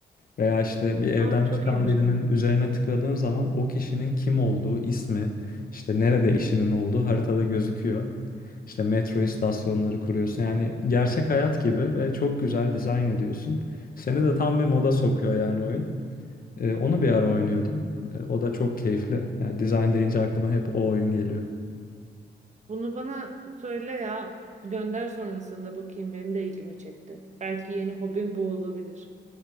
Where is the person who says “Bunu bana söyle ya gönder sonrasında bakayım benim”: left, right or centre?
Right